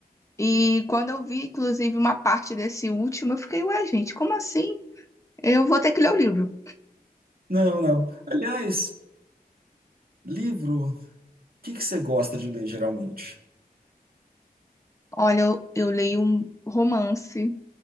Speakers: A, on the left; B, on the right.
A: E quando eu vi, inclusive, uma parte desse último, eu fiquei, ué, gente, como assim? Eu vou ter que ler o livro.
B: Não, não. Aliás, livro, o que que você gosta de ler geralmente?
A: Olha, eu, eu leio um romance,